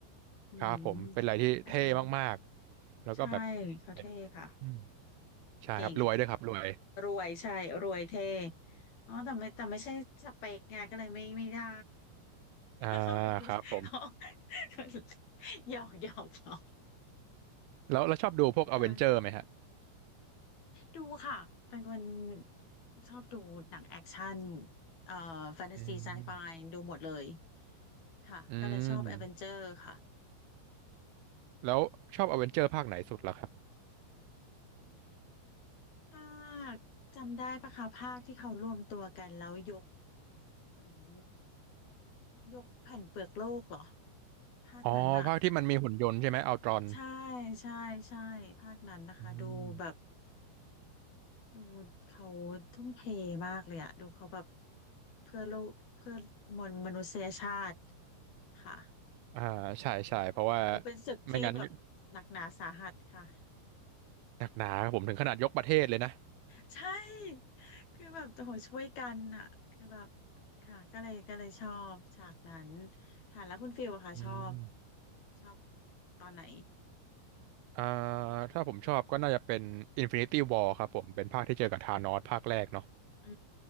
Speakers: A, on the left; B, on the right.
A: อืม
B: ครับผมเป็นอะไรที่เท่มากๆแล้วก็แบบ
A: นะคะใช่เขาเท่ค่ะ
B: เป็นอืมใช่ครับรวยด้วยครับรวย
A: เก่งรวยใช่รวยเท่อ๋อแต่ไม่แต่ไม่ใช่สเปกไงก็เลยไม่ไม่ได้ <laughs>
B: อ่า
A: เขาแบบ
B: ครับผม
A: อ๋อ <laughs> หยอกหยอกหยอก
B: แล้วแล้วชอบดูพวกอเวนเจอร์ไหมฮะ
A: ค่ะดูค่ะ เป็นคนชอบดูหนังแอคชั่นเอ่อแฟนตาซีไซไฟดูหมดเลย
B: อืม
A: ค่ะก็เลยชอบแอ
B: อืม
A: v เวนเจอร์ค่ะ
B: แล้วชอบอเวนเจอร์ภาคไหนสุดล่ะครับ
A: ภาคจำได้ปะคะภาคที่เขารวมตัวกันแล้วยกเหมือนยกแผ่นเปลือกโลกเหรอ ภาคนั้นอะ
B: อ๋อภาคที่มันมีหุ่นยนต์ใช่ไหมอัลตรอน
A: ใช่ใช่ ใช่ ภาคนั้นนะคะดูแบบ
B: อืม
A: ดูเขาทุ่มเทมากเลยอะดูเขาแบบเพื่อโลกเพื่อมวลมนุษยชาติค่ะ
B: อ่าใช่ใช่เพราะว่า
A: ดูเป็นศึกที่แบบหนักหนาสาหัสค่ะ
B: ไม่งั้นหนักหนาครับผมถึงขนาดยกประเทศเลยนะ
A: ใช่คือแบบโอ้โหช่วยกันอะคือแบบค่ะก็เลยก็เลยชอบฉากนั้นค่ะแล้วคุณฟิลอะค่ะชอบ
B: อืม
A: ชอบตอนไหน
B: อ่าถ้าผมชอบก็น่าจะเป็น Infinity War ครับผมเป็นภาคที่เจอกับธานอสภาคแรกเนาะ
A: อื